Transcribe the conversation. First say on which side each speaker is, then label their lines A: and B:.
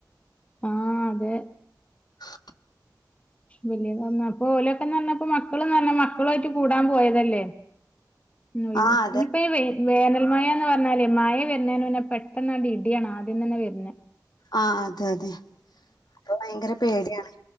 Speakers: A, on the left; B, on the left.
A: ആഹ് അതെ
B: <inaudible>
A: വലിയ തന്ന അപ്പൊ ഓലൊക്കന്ന് പറഞ്ഞപ്പ മക്കളും പറഞ്ഞ മക്കളു ആയിട്ട് കൂടാൻ പോയതല്ലേ ഒഴിവ്
B: ആ അതെ
A: ഇനിപ്പ വേ വേനൽമയന്ന് പറഞാല് മഴ വരുന്നേ മുന്നെ പെട്ടെന്ന് അങ് ഇടിയാണ് ആദ്യം തന്നെ വരുന്നേ
B: ആഹ് അതെ അതെ അപ്പൊ ഭയങ്കര പേടിയാണ്.